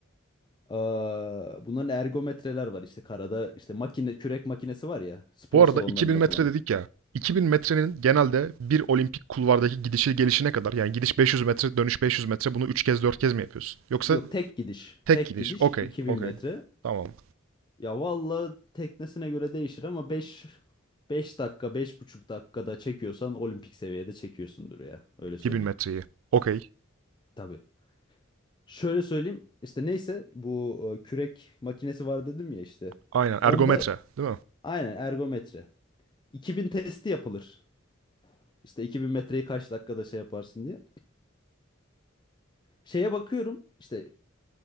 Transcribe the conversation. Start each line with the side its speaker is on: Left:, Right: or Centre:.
Left: Ee, bunların ergometreler var işte karada. işte makine kürek makinesi var ya spor
Right: Bu arada
Left: salonlarında
Right: 2000 metre
Left: falan.
Right: dedik ya. 2000 metrenin genelde bir olimpik kulvardaki gidişi gelişine kadar yani gidiş 500 metre dönüş 500 metre bunu üç kez dört kez mi yapıyorsun? Yoksa
Left: Yok tek gidiş.
Right: tek
Left: Tek
Right: gidiş.
Left: gidiş
Right: Okey,
Left: 2000
Right: okey.
Left: metre.
Right: Tamam.
Left: Ya valla teknesine göre değişir ama 5 5 dakika 5,5 dakikada çekiyorsan olimpik seviyede çekiyorsundur ya. Öyle
Right: 2000
Left: söyleyeyim.
Right: metreyi. Okey.
Left: Tabii. Şöyle söyleyeyim işte neyse bu e, kürek makinesi var dedim ya işte.
Right: Aynen. Ergometre,
Left: Onda
Right: değil mi?
Left: aynen ergometre. 2000 testi yapılır. İşte 2000 metreyi kaç dakikada şey yaparsın diye. Şeye bakıyorum işte